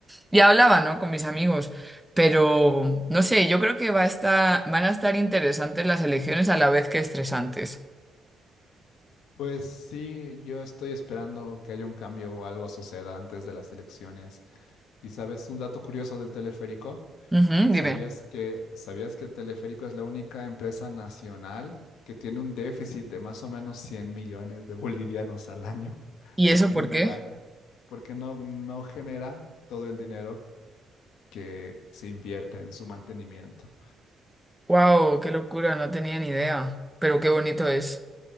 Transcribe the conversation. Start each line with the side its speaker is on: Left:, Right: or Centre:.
Centre: Y hablaba, ¿no? Con mis amigos. Pero, no sé, yo creo que va a estar, van a estar interesantes las elecciones a la vez que estresantes.
Left: Pues sí, yo estoy esperando que haya un cambio o algo suceda antes de las elecciones. ¿Y sabes un dato curioso del teleférico?
Centre: Ujú,
Left: ¿Sabías
Centre: dime.
Left: que, sabías que Teleférico es la única empresa nacional que tiene un déficit de más o menos 100 millones de bolivianos al año? <laughs>
Centre: ¿Y
Left: Porque
Centre: eso por
Left: no
Centre: qué?
Left: gana, porque no, no genera todo el dinero que se invierte en su mantenimiento.
Centre: Wow, qué locura, no tenía ni idea. Pero qué bonito es.